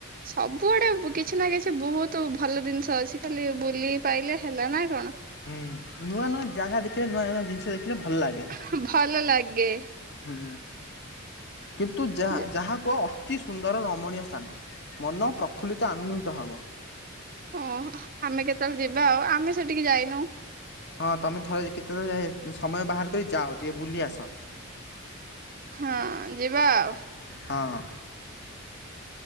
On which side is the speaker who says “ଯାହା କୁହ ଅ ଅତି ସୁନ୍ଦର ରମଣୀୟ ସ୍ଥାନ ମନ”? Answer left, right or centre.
Left